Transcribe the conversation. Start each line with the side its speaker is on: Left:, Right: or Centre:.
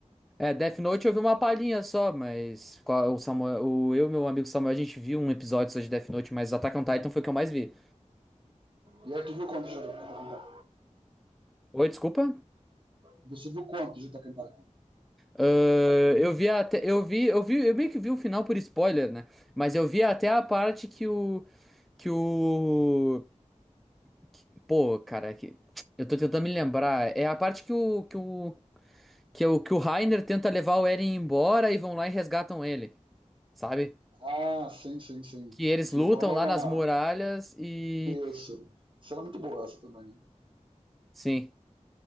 Centre: É, Death Note eu vi uma palhinha só, mas qual- o Samuel, o, eu e meu amigo Samuel, a gente viu um episódio só de Death Note, mas Attack on Titan foi o que eu mais vi.
Right: E aí, tu viu quantos de Attack on Titan?
Centre: Oi, desculpa?
Right: Você viu quantos de Attack on Titan?
Centre: Ah, eu vi até, eu vi, eu vi, eu meio que vi o final por spoiler, né? Mas eu vi até a parte que o, que o, que- pô, cara, que, eu tô tentando me lembrar. É a parte que o, que o, que é o, que o Reiner tenta levar o Eren embora e vão lá e resgatam ele, sabe?
Right: Ah, sim, sim, sim.
Centre: Que eles
Right: Que
Centre: lutam
Right: rola
Centre: lá
Right: uma
Centre: nas muralhas e,
Right: Isso. Será muito boa essa também, né?
Centre: sim,